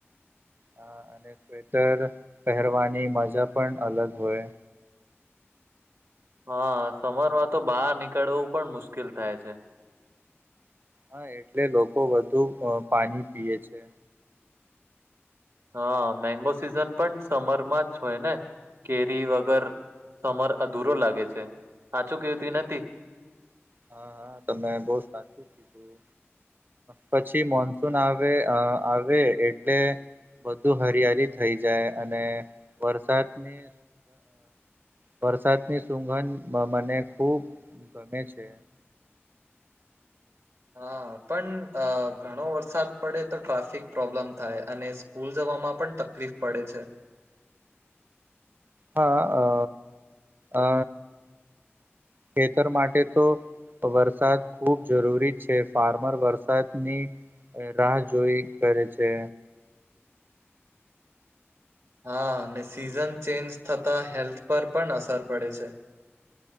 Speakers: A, on the right; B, on the right.
A: અ અને સ્વેટર પહેરવાની મજા પણ અલગ હોય.
B: હા સમરમાં તો બહાર નીકળવું પણ મુશ્કેલ થાય છે.
A: હા એટલે લોકો વધુ પાણી પી છે.
B: હા મેંગો સિઝન પણ સમરમાં જ હોય ને કેરી વગર સમર અધૂરો લાગે છે સાચું કવતી નથી.
A: હા હા તમે બહ સાચું કીધું પછી મો આવે આવે એટલે બધું હરિયાલી થઈ જાય અને વરસાદની વરસાદની સુંઘન મને ખુબ ગમે છે.
B: હા પણ અ ઘણો વરસાદ પડે તો ટ્રાફિક પ્રોબ્લેમ થાય અને સ્કૂલ જવામાં પણ તકલીફ પડે છે.
A: હા અ અ ખેતર માટે તો વરસાદ ખૂબ જરૂરી છે. ફાર્મર વરસાદની રાહ જોઈ કરે છે.
B: હા સિઝન ચેન્જ થતા હેલ્થ પર પણ અસર પડે છે.